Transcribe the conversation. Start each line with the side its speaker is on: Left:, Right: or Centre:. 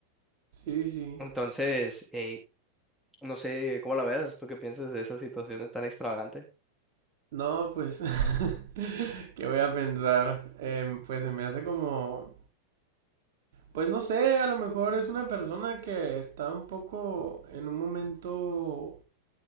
Right: Sí, sí.
Centre: Entonces, eh, no sé cómo la veas, tú qué piensas de esa situación tan extravagante.
Right: No, pues, <laughs> ¿qué voy a pensar? Em, pues se me hace como, pues no sé, a lo mejor es una persona que está un poco en un momento